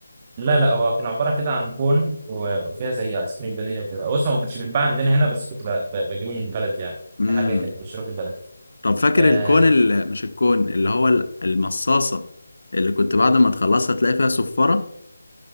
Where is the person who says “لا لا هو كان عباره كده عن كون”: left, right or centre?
Right